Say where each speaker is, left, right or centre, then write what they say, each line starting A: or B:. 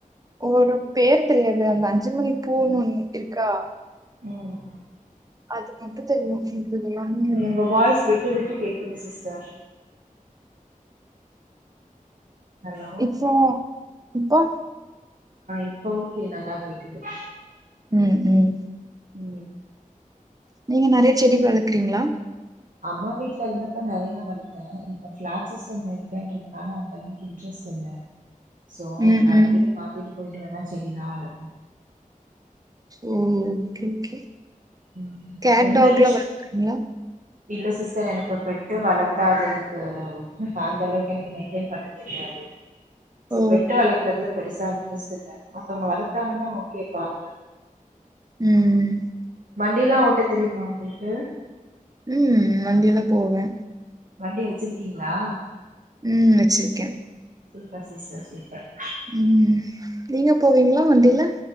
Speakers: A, on the right; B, on the right.
A: ஒரு பேர் தெரியாது அந்த அஞ்சு மணி பூண்ணு
B: ம்
A: ஒன்னு இருக்கா
B: ம்
A: அது மட்டு தெரியு எல்லாமே
B: உங்க வாய்ஸ் விட்டு விட்டு கேக் குது சிஸ்டர் ஹலோ
A: இப்போ இப்போ
B: இப்போ ஓகே நல்லா கேக்குது
A: உம் உம்
B: உம்
A: நீங்க நெறையா செடி வளக்குறீங்களா
B: அம்மா வீட்டுல இருந்தப்ப நெறைய வளத்தே இப்ப. பிளாட் சிஸ்டம் இருக்கன்றதுனால அந்த அளவுக்கு இன்ட்ரெஸ்ட் இல்ல சோ
A: ம்
B: வேற
A: ம்
B: வீடு மாத்திட்டு போயி ட்டுவேனா செடி எல்லா வளர்ப்பே
A: ஓ ஓகே ஓகே.
B: ம்
A: கேட்
B: எந்த
A: டாக்
B: டிஷ்
A: லா வளக்குறீங்களா
B: இல்ல சிஸ்டர் எனக்கு பெட்டு வளத்தா அது எனக்கு அந்த அளவுக்கு எனக்கு மெயின்டென் பண்ண தெரியாது. சோ
A: ஓ
B: பெட்டு வளக்குறதுல பெருசா இன்ட்ரஸ்ட் இல்ல அவங்க வளத்தாங்கன்னா ஓகே பாப்ப
A: உம்
B: வண்டி எல்லா ஓட்ட தெரியுமா உங் குளுக்கு
A: உம் வண்டியல்லா போவே
B: வண்டி வச்சிருக்கீங்களா
A: உம் வச்சிருக்கே
B: சீப்பர் சிஸ்டர் சூப்பர்
A: உம் நீங்க போவீங்களா வண்டியில